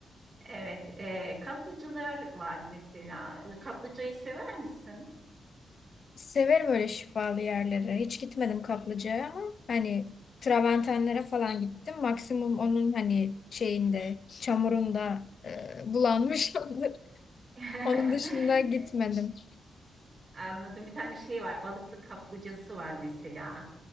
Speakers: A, on the right (about 30°); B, on the left (about 40°).
A: evet. E, kaplıcalar var mesela. E, Kaplıcayı sever misin?
B: Severim öyle şifalı yerlere. Hiç gitmedim Kaplıca'ya ama hani Traventenlere falan gittim. Maksimum onun hani şeyinde, çamurunda e, bulanmışımdır.
A: <laughs>
B: <laughs> Onun dışında gitmedim.
A: Anladım. Bir tane şey var. Balıklı kaplıcası var mesela.